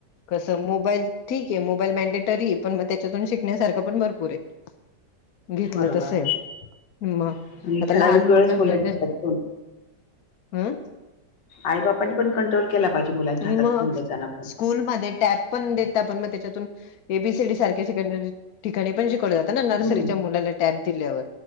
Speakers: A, on the left; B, on the left.
A: कसं मोबाईल ठीक आहे मोबाईल मॅनडेटरी पण मग त्याच्यातून शिकण्यासारखं पण भरपूर आहे. घेतलं
B: बरोबर
A: तस मग
B: आणि
A: आता
B: ठराविक
A: लहान
B: वेळेस
A: मुलाना
B: मुलांच्या
A: जे
B: हातात फोन
A: अं
B: आई बापानी पण कंट्रोल केला पाहिजे. मुलांच्या
A: मग
B: हातात फोन देताना पण
A: स्कूलमध्ये टॅब पण देता पण मग त्याच्यातून एबीसीडी सारख्या शिकाय ठिकाणी पण शिकवलं जातं ना नर्सरीच्या
B: हम्म
A: मुलाला टॅब दिल्यावर